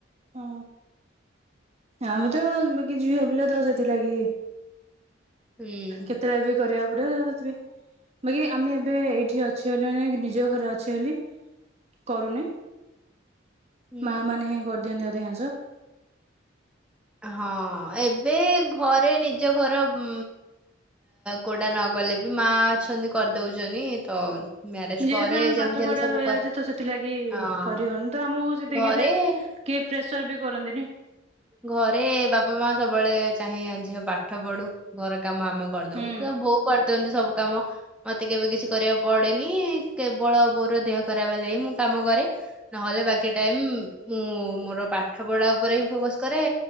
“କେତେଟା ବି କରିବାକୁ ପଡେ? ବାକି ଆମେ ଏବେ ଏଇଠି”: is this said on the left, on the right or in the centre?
Right